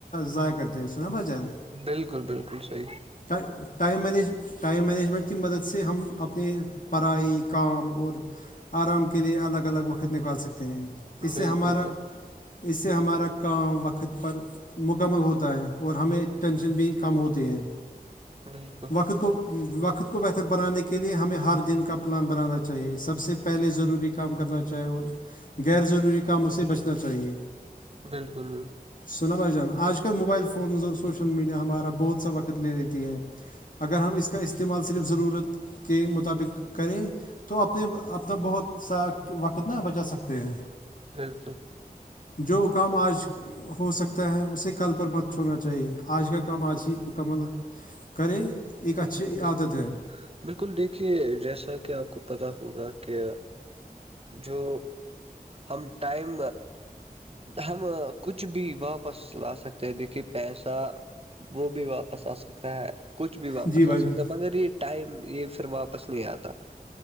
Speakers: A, on the left; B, on the right.
A: ضائع کرتے ہیں سنا ب جان
B: بالکل بالکل صحیح
A: ائم دی ٹائم مینجمنٹ کی مدد سے ہم اپنے پڑائی کام اور آرام کے لیئے الگ الگ وقت نکال سکتے ہیں اس سے
B: بالکل
A: ہمارا اس سے ہمارا کام وقت پر مکمل ہوتا ہے اور ہم ٹینشن بھی کم ہوتے ہیں
B: بالکل
A: وقت کو وقت کو بہتر بنانے کے لیے ہمیں ہر دن کا پلان بنانا چاہیے سب سے پہلے ضروری کام کرنا چاہے اور غیر ضروری کاموں سے بچنا چاہیے
B: بالکل
A: سنا بھائی جان آج کل موبائل فونز اور سوشل میڈیا ہمارا بہت سا وقت لے لیتی ہے اگر ہم اس کا استعمال صرف ضرورت کے مطابق کریں تو اپنے اپنا بہت سا وقت نہ بچا سکتے ہیں
B: بالکل
A: جو کام آج ہو سکتا ہے اسے کل پر مت چھوڑنا چاہیے آج کا کام آج ہی مکمل کریں ایک اچھی
B: بالکل
A: عادت ہے
B: بالکل دیکھیے جیسا کہ آپ کو پتا ہوگا کہ جو ہم ٹائم ہم کچھ بھی واپس لا سکتے ہیں دیکھیے پیسہ وہ بھی واپس آ سکے ستا کچھ بھی واپس
A: جی بھائی
B: آ
A: جان
B: سکتا مگر یہ ٹائم یہ پھر واپس نہیں آتا